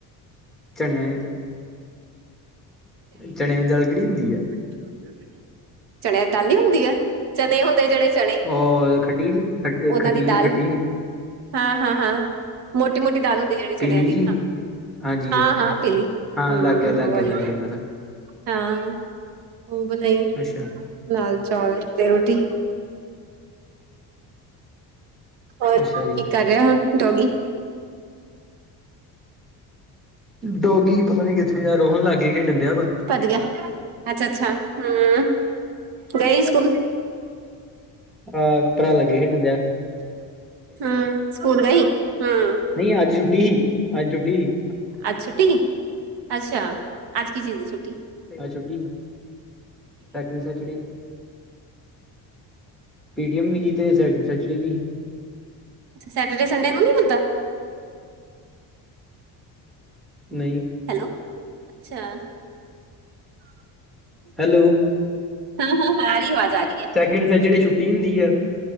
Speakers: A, in the centre; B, on the right (about 75°).
A: ਝਣਿਆਂ, ਚਣਿਆ ਦੀ ਦਾਲ ਕਿਹੜੀ ਹੁੰਦੀ ਆ?
B: <inaudible> ਚਨਿਆਂ ਦੀ ਦਾਲ ਨੀ ਹੁੰਦੀ ਐ, ਚਣੇ ਹੁੰਦੇ ਜਿਹੜੇ ਚਣੇ।
A: ਓਹੋ-ਖਟੀ- ਖਟੀ-
B: ਉਹਨਾਂ ਦੀ ਦਾਲ
A: ਖਟੀ।
B: ਹਾਂ- ਹਾਂ- ਹਾਂ, ਮੋਟੀ- ਮੋਟੀ ਦਾਲ ਹੁੰਦੀ ਜਿਹੜੀ ਚਣਿਆ
A: ਪੀਲੀ
B: ਦੀ।
A: ਜੀ ਹਾਂਜੀ
B: ਹਾਂ
A: ਹਾਂਜੀ
B: ਹਾਂ ਪੀਲੀ, ਹਾਂ
A: ਲੱਗ ਗਿਆ ਲੱਗ
B: ਉਹ ਵਾਲੀ।
A: ਗਿਆ ਲੱਗ ਗਿਆ ਪਤਾ
B: ਹਾਂ ਉਹ ਬਣਾਈ,
A: ਅੱਛਾ
B: ਲਾਲ ਚੌਲ ਤੇ ਰੋਟੀ। ਹੋਰ
A: ਅੱਛਾ ਜੀ
B: ਕੀ ਕਰ ਰਿਹਾ, ਹੁਣ ਡੋਗੀ?
A: ਡੋਗੀ ਪਤਾ ਨੀ ਕਿੱਥੇ ਆ, ਰੋਹਣ ਲਾਗੇ ਖੇਡਣ ਡਿਆ ਵਾ।
B: ਭੇਜ ਗਿਆ, ਅੱਛਾ ਅੱਛਾ! ਹੂੰ ਗਈ ਸਕੂਲ
A: ਆਹ ਭਰਾ ਲਾਗੇ ਖੇਡਣ ਡਿਆਂ।
B: ਹੂੰ ਸਕੂਲ ਗਈ, ਹੂੰ।
A: ਨਹੀਂ, ਅੱਜ ਛੁੱਟੀ ਹੀ, ਅੱਜ ਛੁੱਟੀ ਹੀ।
B: ਅੱਜ ਛੁੱਟੀ ਹੀ, ਅੱਛਾ! ਅੱਜ ਕੀ ਚੀਜ਼ ਦੀ ਛੁੱਟੀ?
A: ਅਜ ਛੁੱਟੀ ਹੀ, ਸੈਕਿੰਡ ਸੈਚਡੇ। ਪੇਟੀਐਮ ਵੀ ਹੀ ਤੇ ਸੈਕਿੰਡ ਸੈਚਡੇ ਵੀ ਹੀ।
B: ਅੱਛਾ! ਸੈਟਰਡੇ ਸੰਡੇ ਨੂੰ ਨੀ ਮਿਲਦਾ।
A: ਨਹੀਂ।
B: ਹੈਲੋ, ਅੱਛਾ।
A: ਹੈਲੋ।
B: ਹਾਂ ਹਾਂ ਹ ਆ ਰਈ ਆਵਾਜ਼ ਆ ਰਈ ਐ।
A: ਸੈਕਿੰਡ ਸੈਚਡੇ ਛੁੱਟੀ ਹੁੰਦੀ ਐ,